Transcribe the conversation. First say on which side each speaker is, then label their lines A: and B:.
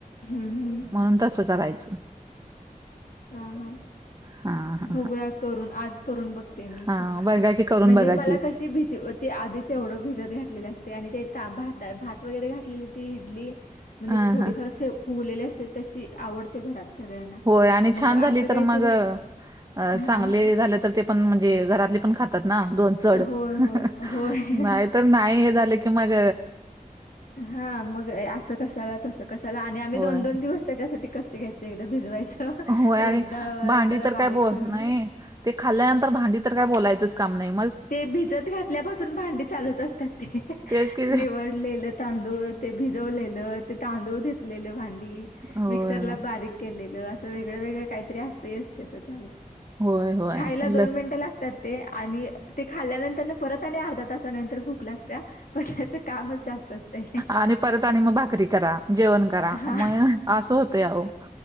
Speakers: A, on the left; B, on the right.
A: हुं हुं.
B: म्हणून तसं करायचं
A: हा- हा.
B: हा हा
A: बघूया करून आज करून बघते मी,
B: हा
A: तस
B: बघा की करून
A: म्हणजे
B: बघा
A: मला
B: की
A: कशी भीती होती ते आधीच एवढं भिजत घातलेलं, असतय आणि ते भात भात वगैरे घातलेली ती इडली म्हणजे
B: हा
A: थोडीफार
B: हा
A: फ फुगलेली असतिया तशी आवडते घरात सगळ्यांना
B: होय आणि
A: मग
B: छान झाली
A: आसं काहीतरी
B: तर मग अ
A: हा
B: चांगले
A: हा
B: झाले तर ते पण म्हणजे, घरातले पण खातात ना दोन चड
A: होय
B: <unintelligible>
A: होय होय
B: नाही तर नाही हे झाले की मग
A: हा मग असं कशाला? तस कशाला आणि आम्ही
B: होय
A: दोन- दोन दिवस त्याच्यासाठी कस्ट घ्यायचे एवढ भिजवायच! <unintelligible>
B: होय
A: एकदा
B: आणि भांडी
A: त्याला
B: तर
A: बारीक
B: काय बोल
A: करून
B: नाही
A: ठेव
B: ते खाल्ल्यानंतर भांडी तर काय बोलायचंच काम नाही मग
A: ते भिजत घातल्यापासून भांडी चालूच, असत्यात ते
B: तेच कि
A: निवळ लेल तांदूळ, ते भिजवलेलं, ते तांदूळ घेतलेलं भांडी
B: होय
A: मिक्सरला बारीक केलेलं, असं वेगळं वेगळं काहीतरी असतच त्याच चालू
B: होय- होय.
A: खायला दोन
B: ल
A: मिनटं लागतात. ते आणि ते खाल्ल्यानंतर परत आणि अर्ध्या तासानंतर भूक लाग गतिया पहिल्याच कामच जास्त असतंय
B: आणि परत आणि मग भाकरी करा, जेवण करा
A: हा
B: मग असं होतंय आओ